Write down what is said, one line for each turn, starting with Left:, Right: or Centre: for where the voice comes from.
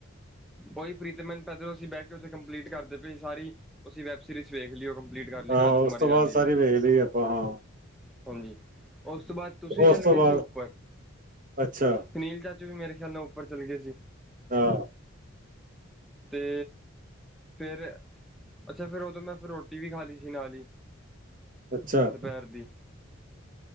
Centre: ਉਹੀ ਪ੍ਰੀਤਮੈਨ ਪੈਦਲ ਅਸੀਂ ਬਹਿ ਕੇ ਉੱਥੇ ਕੰਪਲੀਟ ਕਰਦੇ ਪਏ ਸੀ ਸਾਰੀ ਉਸੀਂ ਵੈਬ ਸੀਰੀਜ਼ ਵੇਖ ਲਈ ਉਹ ਕੰਪਲੀਟ ਕਰ ਲਈ
Right: ਹਾਂ
Centre: ਰਾਜਕੁਮਾਰੀ
Right: ਉਸ ਤੋਂ
Centre: ਰਾਨੀ
Right: ਬਾਅਦ ਸਾਰੀ
Centre: ਦੀ
Right: ਵੇਖ ਲਈ ਆਪਾਂ ਹਾਂ
Centre: ਹਾਂਜੀ ਉਸ ਤੋਂ ਬਾਅਦ ਤੁਸੀਂ ਚੱਲ
Right: ਉਸ ਤੋਂ
Centre: ਗਏ
Right: ਬਾਅਦ
Centre: ਸੀ ਉੱਪਰ
Right: ਅੱਛਾ
Centre: ਸੁਨੀਲ ਦਾ ਤੁਸੀਂ ਵੀ ਮੇਰੇ ਖਿਆਲ ਨਾਲ ਉੱਪਰ ਚੱਲ ਗਏ ਸੀ
Right: ਹਾ
Centre: ਤੇ ਫੇਰ ਅੱਛਾ ਫੇਰ ਉਦੋਂ ਮੈਂ ਫਿਰ ਰੋਟੀ ਵੀ ਖਾ ਲਈ ਸੀ ਨਾਲ ਹੀ
Right: ਅੱਛਾ
Centre: ਦੁਪਹਿਰ ਦੀ